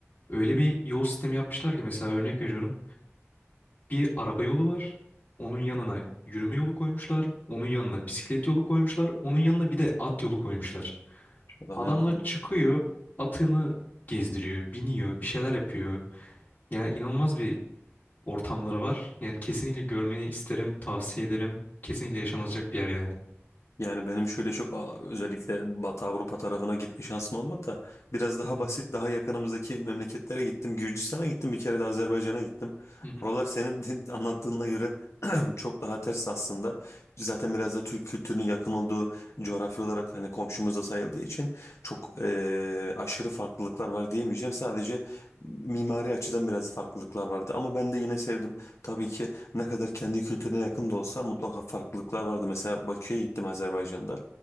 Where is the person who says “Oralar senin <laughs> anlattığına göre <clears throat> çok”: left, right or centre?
Left